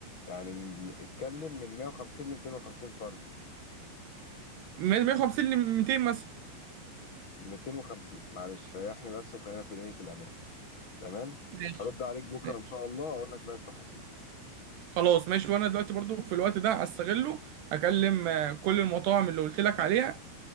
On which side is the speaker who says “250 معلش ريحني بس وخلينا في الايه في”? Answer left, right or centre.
Left